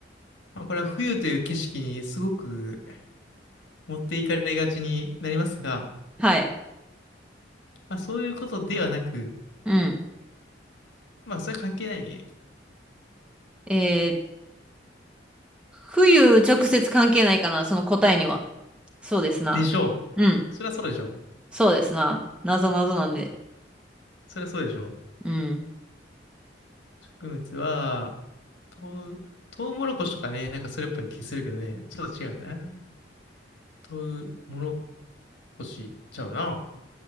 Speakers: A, on the left; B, in the centre.
A: まあ、これは冬という景色にすごく持っていかれがちになりますが、
B: はい。
A: まあ、そういうことではなく、
B: うん。
A: まあ、それ関係ないね。
B: えー、冬直接関係ないかな、その答えには。そうですな。
A: でしょ
B: うん。
A: う。そりゃそうでしょう。
B: そうですな。なぞなぞなんで。
A: そりゃそうでしょう。
B: うん。
A: 植物は、とう、とうもろこしとかね、なんかそれっぽい気するけどね、ちょっと違うな。とうもろこしちゃうな。